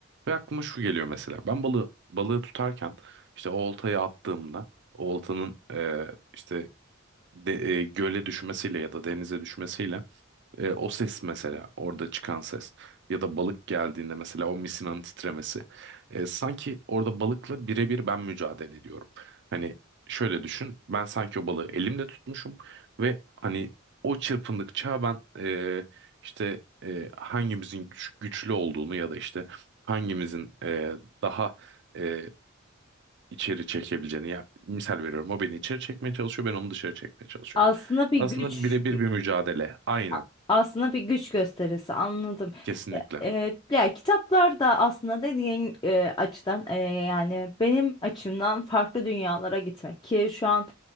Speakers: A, on the right; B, on the left.
A: Ve aklıma şu geliyor mesela. Ben balığı balığı tutarken işte o oltayı attığımda o oltanın e, işte de- e, göle düşmesiyle ya da denize düşmesiyle e, o ses mesela orada çıkan ses ya da balık geldiğinde mesela o misinanın titremesi. E, sanki orada balıkla birebir ben mücadele ediyorum. Hani şöyle düşün ben sanki o balığı elimle tutmuşum ve hani o çırpındıkça ben e, işte e, hangimizin güç- güçlü olduğunu ya da işte hangimizin e, daha e, içeri çekebileceğini ya misal veriyorum o beni içeri çekmeye çalışıyor ben onu dışarı çekmeye çalışıyorum.
B: Aslında bir
A: Aslında
B: güç
A: birebir bir mücadele aynen
B: A- Aslında bir güç gösterisi anladım.
A: kesinlikle.
B: Ya, e, ya kitaplar da aslında dediğin e, açıdan e, yani benim açımdan farklı dünyalara gitmek ki şu an